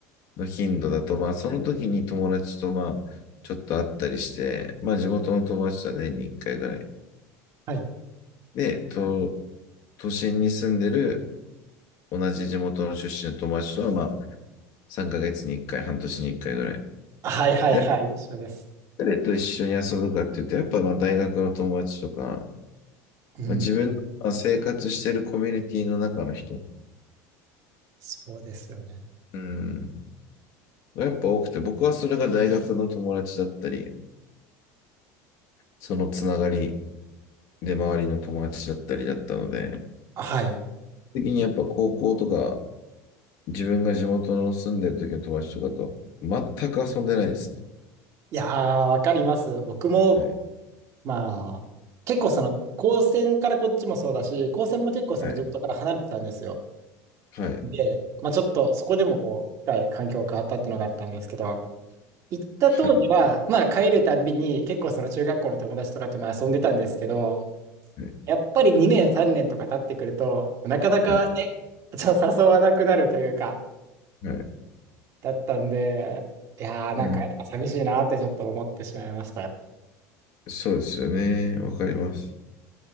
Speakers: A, on the left (about 50°); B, on the right (about 40°).
A: の頻度だと、まあその時に友達とまあちょっと会ったりして、まあ地元の友達とは年に1回ぐらい。
B: はい。
A: で、と都心に住んでる同じ地元の出身の友達とはまあ3ヶ月に1回、半年に1回ぐらい。
B: はいはいはい、
A: で、
B: 一緒です。
A: 誰と一緒に遊ぶかっていうと、やっぱまあ大学の友達とか、
B: うん、
A: まあ、自分の生活してるコミュニティの中の人、
B: そうですよね。
A: うん、がやっぱ多くて、僕はそれが大学の友達だったり、そのつながりで、周りの友達だったりだったので、
B: はい。
A: 的にやっぱ高校とか、自分が地元の住んでる時の友達とかと全く遊んでないですね。
B: いやー、わかります。僕も、
A: はい。
B: まあ、結構その、高専からこっちもそうだし、高専も結構その地元から離れてたんですよ。
A: はい。はい。
B: で、まあちょっとそこでもこう、一回環境変わったっていうのがあったんですけど、行った当時は、
A: は
B: まあ帰るたんびに結構その中学校の友達とかとまあ遊んでたんですけど、
A: い。
B: やっぱり2年3年とか経ってくると、なかなかね、
A: はい。
B: ちょっと誘わなくなるというか、
A: はい。
B: だったんで、いやー、なんかやっぱ寂しいなってちょっと思ってしまいました。
A: うん。そうですよね。わかります。